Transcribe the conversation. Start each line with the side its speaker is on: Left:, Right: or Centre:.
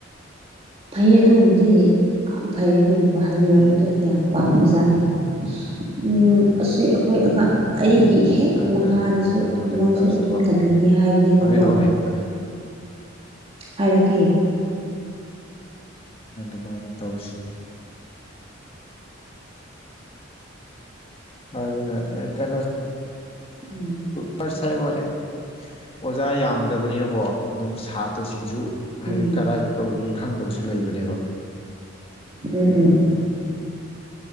Right: ꯐꯩ ꯑꯗꯨꯒꯨꯝꯕꯗꯤ ꯌꯥꯝ ꯐꯩ ꯑꯗꯨꯒꯨꯝꯕ ꯍꯥꯏꯕꯤꯔꯛꯄꯗ
Left: ꯎꯝ
Right: ꯑꯩꯗꯤ ꯌꯥꯝ ꯄꯥꯝꯕ ꯖꯥꯠꯅꯤ ꯎꯝ ꯑꯁꯤ ꯑꯩꯈꯣꯏ ꯑꯉꯥꯡ ꯑꯩꯒꯤ ꯍꯦꯛ
Left: ꯑꯗꯨ
Right: ꯃꯈꯥꯗꯁꯨ
Left: ꯀꯩꯅꯣ ꯂꯩꯇꯥꯔꯁꯨꯀꯣ
Right: ꯃꯣꯏꯁꯨ ꯑꯗꯨꯝ ꯇꯝꯅꯤꯡꯉꯦ ꯍꯥꯏꯕꯅꯦꯕꯀꯣ
Left: ꯍꯥꯏꯔꯛꯑꯣ ꯍꯦꯛꯇ
Right: ꯍꯥꯏꯔꯛꯀꯦ
Left: ꯑꯗꯨꯃꯥꯏꯅ ꯇꯧꯁꯤ ꯑꯗꯨꯅ ꯀꯩꯅꯣ
Right: ꯎꯝ
Left: ꯉꯁꯥꯏ ꯋꯥꯅꯤ ꯑꯣꯖꯥ ꯌꯥꯝꯗꯕꯅꯤꯅꯀꯣ ꯑꯗꯨꯝ ꯁꯥꯇ꯭ꯔꯁꯤꯡꯁꯨ ꯍꯥꯏꯕꯗꯤ
Right: ꯎꯝ
Left: ꯀꯗꯥꯏꯗ ꯇꯧꯒꯅꯤ ꯈꯪꯗꯕꯁꯨ ꯂꯩꯕꯅꯦꯕ
Right: ꯎꯝ ꯎꯝ